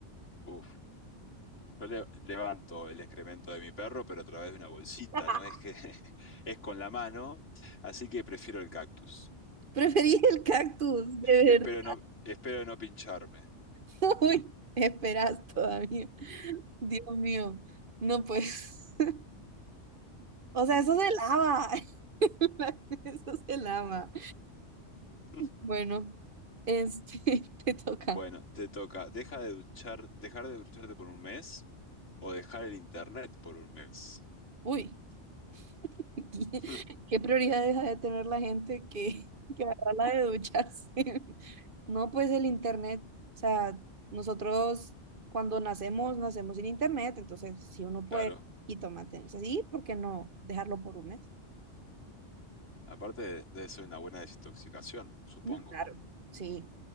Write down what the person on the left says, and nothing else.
Uf, yo le- levanto el excremento de mi perro, pero a través de una bolsita,
¿no? Es que <laughs> es con la mano, así que prefiero el cactus.
Espero no, espero no pincharme.
<laughs>
Bueno, te toca. Deja de duchar, dejar de ducharte por un mes o dejar el internet por un mes.
<laughs>
Claro.
Aparte, debe ser una buena desintoxicación, supongo.